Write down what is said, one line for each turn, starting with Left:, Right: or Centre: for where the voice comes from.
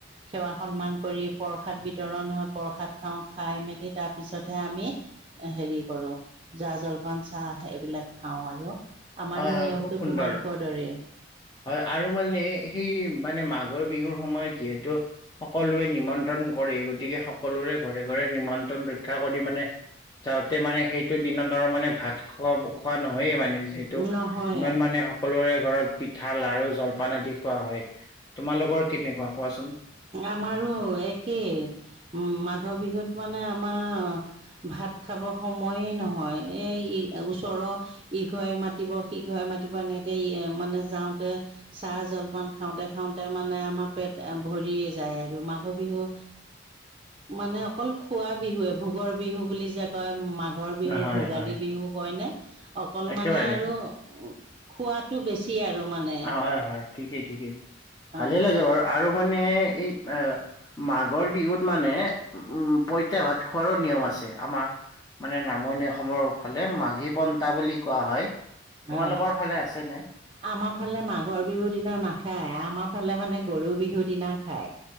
Right: সেৱা সন্মান কৰি প্ৰসাদ বিতৰণ হয় প্ৰসাদ খাওঁ খাই মেলি তাৰপিছতহে আমি হেৰি কৰোঁ। জা জলপান চাহ এইবিলাক খাওঁ আৰু। আমাৰো
Left: হয়, হয়,
Right: নিয়মটো
Left: খুব সুন্দৰ।
Right: তোমালোকৰ দৰে।
Left: হয় আৰু মানে সেই মানে মাঘৰ বিহুৰ, সময়ত যিহেতু সকলোৱে নিমন্ত্ৰণ কৰে, গতিকে সকলোৰে ঘৰে, ঘৰে নিমন্ত্ৰণ ৰক্ষা কৰি মানে যাওঁতে মানে সেইটো দিনত আৰু মানে ভাত খোৱা, খোৱা নহয়ে মানে এইটো
Right: নহয়
Left: ইমান মানে, সকলোৰে ঘৰত পিঠা লাড়ো জলপান আদি, খোৱা হয়। তোমালোকৰ কেনেকুৱা কোৱাচোন?
Right: আমাৰো একেই, মাঘ বিহুত মানে আমাৰ, আ ভাত খাব সময়ে নহয়, এই ই, ওচৰৰ ইঘৰে মাতিব, সিঘৰে মাতিব, এনেকে ই মানে যাওঁতে। চাহ জলপান খাওঁতে, খাওঁতে, মানে আমাৰ পেট ভৰিয়ে যায় আৰু মাঘ বিহু। মানে অকল খোৱা বিহুৱে, ভোগৰ বিহু বুলি যে কয়, মাঘৰ বিহু,
Left: হয়,
Right: ভোগালী
Left: হয়,
Right: বিহু, কয়নে অকল
Left: একেবাৰে
Right: মানে আৰু খোৱাতটো বেছি আৰু মানে।
Left: হয়, হয়, ঠিকেই ঠিকেই। ভালে
Right: অ,
Left: লাগে বাৰু আৰু মানে, এই। অ, মাঘৰ বিহুত, মানে উম, পঁইতা ভাত খোৱাৰো নিয়ম আছে, আমাৰ। মানে নামনি অসমৰ ফালে, মাঘী পন্থা বুলি কোৱা হয়,
Right: হয়
Left: তোমালোকৰ ফালে আছেনে?
Right: আমাৰ ফালে মাঘৰ বিহুৰ দিনা নাখায়, আমাৰ ফালে মানে গৰু বিহুৰ দিনা খায়।